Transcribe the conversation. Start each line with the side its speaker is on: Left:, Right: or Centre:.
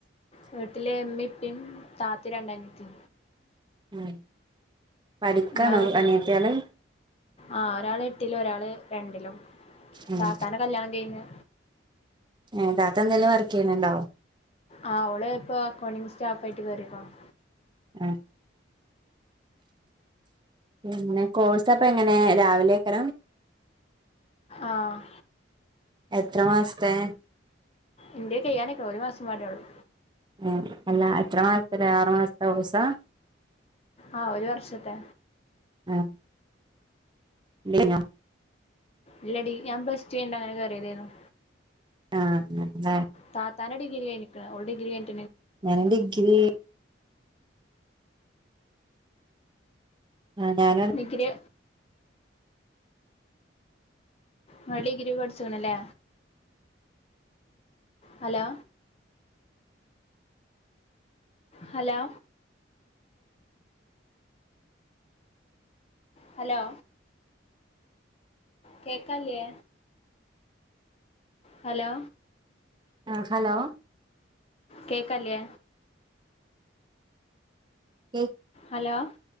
Left: വീട്ടില് ഇമ്മി ഇപ്പീയും താത്തി രണ്ടനിയത്തി
Right: ഉം പഠിക്കാണോ
Left: ഇങ്ങളെ വീട്ടിലോ
Right: അനിയത്തികള്
Left: ആഹ് ഒരാള് എട്ടിലും ഒരാള് രണ്ടിലും
Right: ഉം
Left: താത്താന്റെ കല്യാണം കഴിഞ്ഞ്
Right: ഏ താത്ത എന്തെങ്കിലും വർക്ക് ചെയ്യണണ്ടോ
Left: ആ ഓള് ഇപ്പൊ അക്കൗണ്ടിങ് സ്റ്റാഫായിട്ട് കേറീക്കണ്
Right: ആഹ് പിന്നെ കോഴ്സപ്പം എങ്ങനെ രാവിലേത്തണം
Left: ആഹ്
Right: എത്ര മാസത്തെ
Left: ഇന്ത്യക്ക് ചെയ്യാനായിട്ട് ഒരു മാസം വാരേയുള്ളൂ
Right: മ്മ് അല്ല എത്ര മാസത്തില ആറുമാസത്തെ കോഴ്സാ
Left: ആഹ് ഒരു വർഷത്തെ
Right: ഏഹ്മ് കുളികയിഞ്ഞോ
Left: ഇല്ലടി ഞാൻ പ്ലസ് ടു കയിഞ്ഞ് അങ്ങനെ കറിയതായിരുന്നു
Right: ആഹ ആഹ
Left: താ താന്റെ ഡിഗ്ര കഴിഞ്ക്കണ് ഒരു ഡിഗ്രി കിക്ക
Right: ഞാനെ ഡിഗ്രി ആഹ ഞാന
Left: ഡിഗ്രി ഇകൾ ഡിഗ്രി പഠിച്ചണല്ലേ ഹലോ ഹലോ ഹലോ കേക്കാല്ലേ ഹലോ
Right: ആ ഹലോ
Left: കേക്കല്ലേ
Right: കെ
Left: ഹലോ